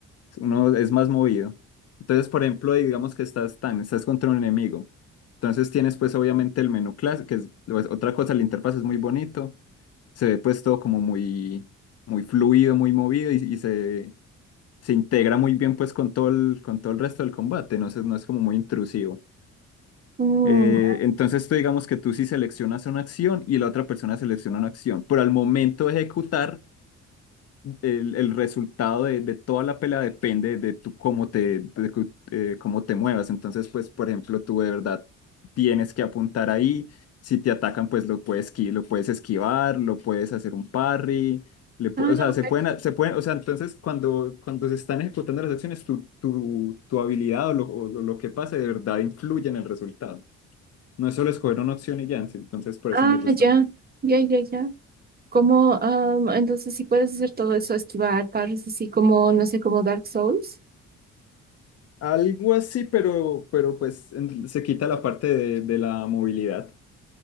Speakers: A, on the left; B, on the right.
A: uno es más movido. Entonces, por ejemplo, digamos que estás tan, estás contra un enemigo, entonces tienes pues obviamente el menú clásico, que es pues, otra cosa, la interfaz es muy bonito, se ve pues todo como muy, muy fluido, muy movido y, y se, se integra muy bien pues con todo el, con todo el resto del combate, no es, no es como muy intrusivo.
B: Mm,
A: Eh, entonces tú digamos que tú sí seleccionas una acción y la otra persona selecciona una acción, pero al momento de ejecutar, el, el resultado de, de toda la pelea depende de tú cómo te, de cu- eh, cómo te muevas. Entonces, pues, por ejemplo, tú de verdad tienes que apuntar ahí. Si te atacan, pues lo puedes, esqui- lo puedes esquivar, lo puedes hacer un parry. Le
B: Ah,
A: pu- o sea,
B: ok.
A: se pueden, a- se pueden, o sea, entonces cuando, cuando se están ejecutando las acciones, tu, tu, tu habilidad o lo, o lo que pase de verdad influye en el resultado. No es solo escoger una opción y ya, entonces por
B: Ah,
A: eso me gusta.
B: ya, ya, ya, ya. Como, am, entonces si puedes hacer todo eso, esquivar, pares así como, no sé, como Dark Souls.
A: Algo así, pero, pero pues en- se quita la parte de, de la movilidad.